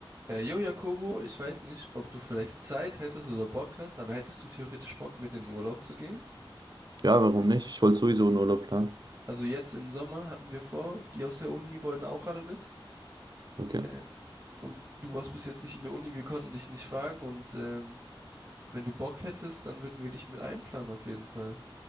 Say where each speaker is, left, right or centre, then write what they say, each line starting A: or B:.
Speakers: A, on the right; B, on the right.
A: Äh, jo, Jakobo, ich weiß nicht, ob du vielleicht Zeit hättest oder Bock hast, aber hättest du theoretisch Bock, mit in den Urlaub zu gehen?
B: Ja, warum nicht? Ich wollte sowieso einen Urlaub planen.
A: Also jetzt im Sommer hatten wir vor, die aus der Uni wollten auch alle mit.
B: Okay.
A: Äh, und du warst bis jetzt nicht in der Uni, wir konnten dich nicht fragen. Und ähm, wenn du Bock hättest, dann würden wir dich mit einplanen auf jeden Fall.